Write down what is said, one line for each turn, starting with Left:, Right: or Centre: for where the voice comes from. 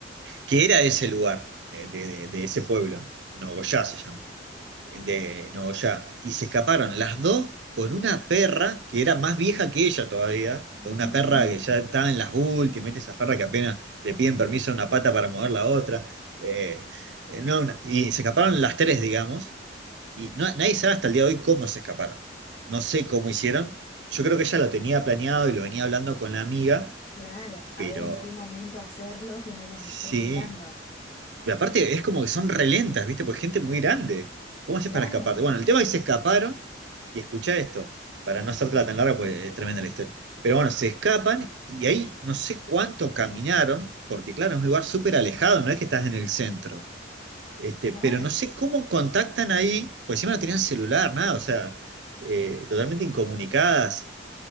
Right: que era ese lugar, eh, de, de- de ese pueblo, Nogoyá se llama, de Nogoyá, y se escaparon las dos con una perra que era más vieja que ella todavía,
Left: No.
Right: con una perra
Left: no.
Right: que ya estaba en las últimas, ¿viste? esa perra que apenas le piden permiso a una pata para mover la otra, eh, eh, no, una- y se escaparon las tres, digamos, y no- nadie sabe hasta el día de hoy cómo se escaparon, no sé cómo hicieron, yo creo que ella lo tenía planeado y lo venía hablando con la amiga,
Left: Claro, a
Right: pero
Left: ver en qué momento hacerlo que no las
Right: sí.
Left: estén mirando.
Right: Y aparte es como que son relentas, ¿viste? Porque es gente muy grande. ¿Cómo haces
Left: Claro,
Right: para escapar? Bueno, el tema es que se escaparon y escuchá esto, para no hacértela tan larga, porque es tremenda la historia. Pero bueno, se escapan y ahí no sé cuánto caminaron, porque claro, es un lugar súper alejado, no es que estás en el centro. Este,
Left: claro.
Right: pero no sé cómo contactan ahí, porque encima no tenían celular, nada, o sea, eh, totalmente incomunicadas.